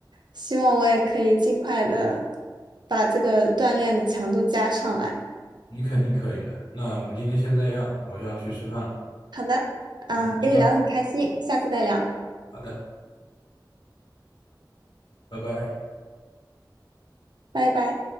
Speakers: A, on the right; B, on the left.
A: 希望我也可以尽快的把这个锻炼的强度加上来。
B: 你肯定可以的。那我们今天先这样，我要去吃饭了。
A: 好的，啊，
B: 嗯，
A: 跟你聊得很开心，
B: 拜拜。
A: 下次再聊，
B: 好的，拜拜。
A: 拜拜。